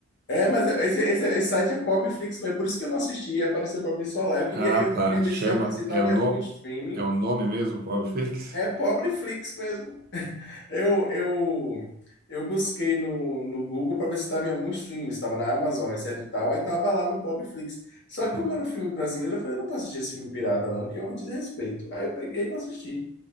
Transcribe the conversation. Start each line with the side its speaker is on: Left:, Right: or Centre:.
Left: É, mas esse, esse, esse site é Pobreflix, mas por isso que eu não assisti, apareceu pra mim só lá. Eu queria,
Right: Ah,
Left: eu
Right: tá.
Left: queria
Right: Chama.
Left: ver se, já- se dava
Right: É o, no...
Left: em algum streaming.
Right: é o nome mesmo, Pobre Fix?
Left: É Pobreflix mesmo. Eu, eu, eu busquei no, no Google para ver se estava em algum streaming, estava na Amazon, etc e tal, aí tava lá no Pobreflix.
Right: <laughs>
Left: Só que como era um filme brasileiro, eu falei, não vou assistir esse filme pirata não, que é um desrespeito. Aí eu peguei e não assisti.